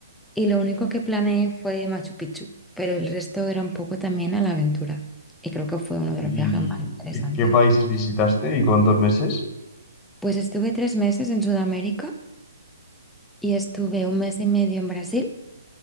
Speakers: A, in the centre; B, on the left.
A: y lo único que planeé fue Machu Picchu, pero el resto era un poco también a la aventura y creo que fue uno de
B: ¿Y
A: los viajes más interesantes.
B: qué, qué países visitaste y cuántos meses?
A: Pues estuve tres meses en Sudamérica y estuve un mes y medio en Brasil,